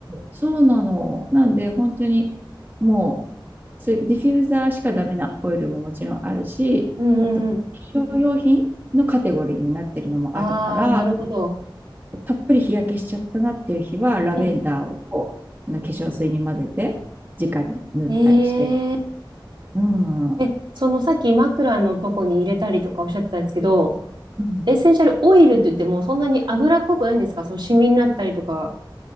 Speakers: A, on the right; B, on the right.
A: そうなの。なんで、本当にもう、そういうディフューザーしかダメなオイルももちろんあるし、
B: うんうんうん。
A: あと、化粧用品のカテゴリーになってるのもあるから、
B: ああ、なるほど。
A: たっぷり日焼けしちゃったなっていう日は、ラベンダーをこうあの化粧水に混ぜて、
B: うん。
A: 直に塗ったりして
B: えー、
A: うん。
B: え、
A: う
B: そのさっき枕のとこに入れたりとかおっしゃってたんですけど、
A: ん。
B: エッセンシャルオイルって言ってもそんなに油っこくないんですかそのシミになったりとか。